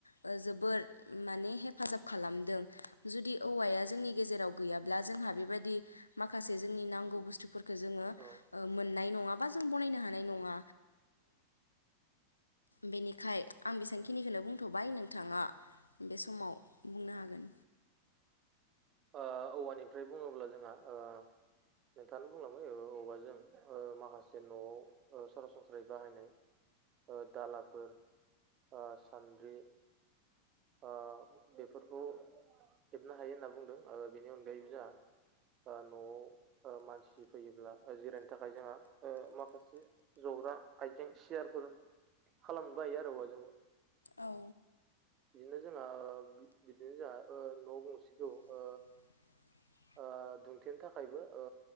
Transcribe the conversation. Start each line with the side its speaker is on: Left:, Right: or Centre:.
Left: ओ जोबोर माने हेफाजाब खालामदों जुदि औवाया जोंनि गेजेराव गैयाब्ला जोंहा बेबायदि माखासे जोंनि नांगौ बुस्थुफोरखो जोङो
Right: औ
Left: ओ मोननाय नङा बा जों बनायनो हानाय नङा बेनि बेखाय आं बेसेबांखिनिखोनो बुंथ'बाय नोंथाङा बे समाव बुंनो हागोन
Right: ओ औवानिफ्राय बुङोब्ला जोंहा ओ नोंथाङानो बुंलांबाय ओ औवाजों ओ माखासे न'आव ओ सरासनस्रायै बाहायनाय ओ दालाफोर ओ सान्द्रि ओ बेफोरखौ हेबनो हायो होनना बुंदों ओ बेनि अनगायैबो जा ओ न'आव ओ मानसि फैयोब्ला ओ जिरायनो थाखाय जोंहा ओ माखासे ज आइजें सियारफोर खालामनोबो हायो आरो औवाजोंबो
Left: औ
Right: बिदिनो जोंहा बिदिनो जोंहा ओ न' गंसेखौ
Left: <unintelligible>
Right: ओ ओ दुंथेनो थाखायबो ओ